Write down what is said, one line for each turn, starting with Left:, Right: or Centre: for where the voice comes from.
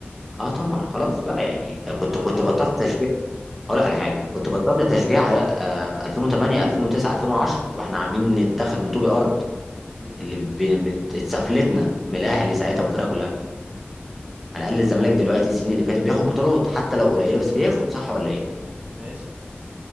Centre: اه طبعا خلاص بقى يعني ك-
Right: طب
Centre: كنت
Right: مع
Centre: كنت
Right: تشجيع
Centre: بطلت تشجيع اقول
Right: مع
Centre: لك على
Right: ت...
Centre: حاجه كنت بطلت تشجيع آه، في 2008 2009 2010 واحنا عاملين نتاخد من طوب الارض
Right: امم
Centre: اللي بي- بت- اتسفلتنا من الاهلي ساعتها والفرقه كلها على الاقل الزمالك دلوقتي السنين اللي فاتت بياخد بطولات حتى لو قليله بس بياخد صح ولا ايه؟
Right: ماشي